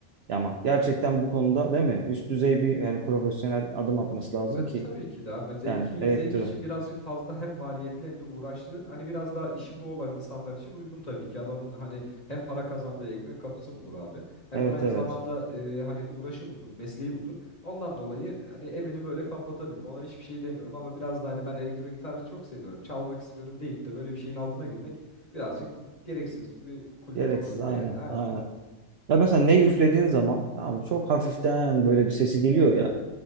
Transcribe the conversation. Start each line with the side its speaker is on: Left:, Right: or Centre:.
Right: Ya ama gerçekten bu konuda değil mi? Üst düzey bir yani profesyonel adım atması lazım
Left: E,
Right: ki
Left: tabii ki de abi. Ben zevki
Right: yani elektro.
Left: zevk için birazcık fazla hem maliyetli hem de uğraşlı. Hani biraz daha işi bu olan insanlar için uygun tabii ki. Adamın hani hem para kazandığı ekmek kapısı budur abi. Hem
Right: Evet
Left: de aynı
Right: evet.
Left: zamanda e, hani uğraşı budur, mesleği budur. Ondan dolayı hani evini böyle kaplatabilir. Ona hiçbir şey demiyorum ama biraz da hani ben elektro gitarı çok seviyorum. Çalmak istiyorum deyip de böyle bir şeyin altına girmek birazcık gereksiz bir kulfet
Right: Gereksiz
Left: olabilir
Right: aynen
Left: yani. Aynen.
Right: aynen. Ya mesela ne üflediğin zaman tamam mı? Çok hafiften böyle bir sesi geliyor ya.